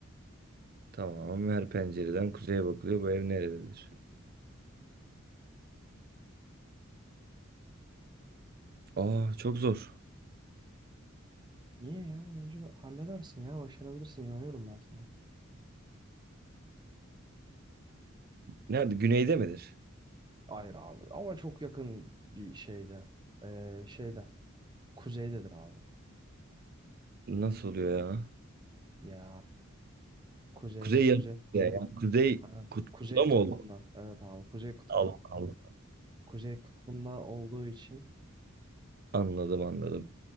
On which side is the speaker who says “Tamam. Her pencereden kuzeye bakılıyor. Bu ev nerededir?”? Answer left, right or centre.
Right